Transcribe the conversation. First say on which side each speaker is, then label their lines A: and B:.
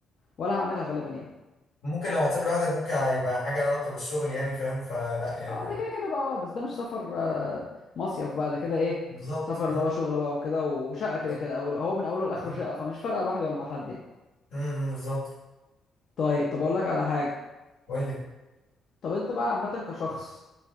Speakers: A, on the left (about 55°); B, on the left (about 85°).
A: ولا هعملها غالبا يعني
B: ممكن لو هتسافر لوحدك ممكن هيبقى حاجة لها علاقة بالشغل يعني فاهم فلا يعني
A: اه ده كده كده بقى آه، بس ده مش سفر آه، مصيف بقى ده كده ايه
B: بالظبط
A: سفر اللي
B: اه
A: هو شغل بقى وكده وشقه كده
B: بالظبط
A: كده اول هو من اوله لاخره
B: بالظبط.
A: شقه فمش فارقه لوحدي ولا مع حد يعني
B: امم بالظبط
A: طيب طب اقول لك على حاجه
B: قول لي
A: طب انت بقى عامه كشخص